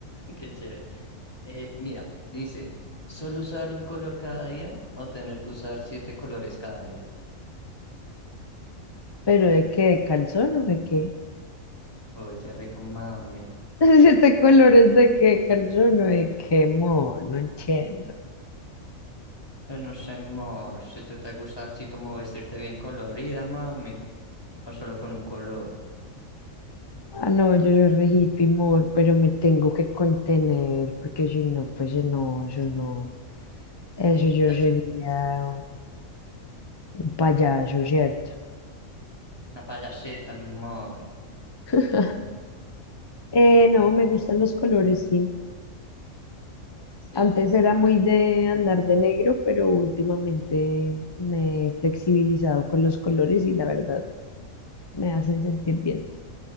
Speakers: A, on the left (about 15°); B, on the left (about 35°).
A: Qué chévere. Eh, mira, dice, ¿solo usar un color cada día o tener que usar siete colores cada día?
B: ¿Pero de qué? ¿De calzón o de qué?
A: Uy, qué rico, mami.
B: <laughs> Siete colores de qué calzón o de qué amor, no entiendo.
A: Pero no sé, amor, si tú te gusta así como vestirte bien colorida, mami, o solo con un color.
B: Ah, no, yo soy re hippie, amor, pero me tengo que contener porque si no, pues eh, no, yo no. Eso yo
A: La,
B: sería. Un payaso, ¿cierto?
A: una payaseta, mi amor.
B: <laughs> Eh, no, me gustan los colores, sí.
A: Sí,
B: Antes era
A: ok,
B: muy de andar de negro, pero últimamente me he flexibilizado con los colores y la verdad me hacen sentir bien.